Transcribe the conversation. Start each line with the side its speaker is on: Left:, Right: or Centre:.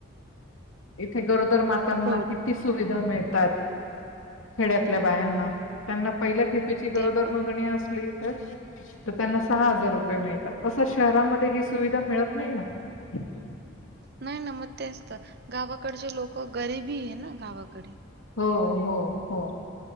Left: इथे गरोदर मातांना
Right: हो.
Left: किती सुविधा मिळ तात खेड्यातल्या बायांना. त्यांना पहिल्या खेपेची गरोदर
Right: ते पण.
Left: नोंदणी असली तर त्यांना सहा हजार रुपये मिळतात तस शहरामध्ये ही सुविधा मिळत नाही ना हम्
Right: नाही ना मग तेचतर गावाकडचे लोक गरीबी आहे ना गावाकडे
Left: हो हो हो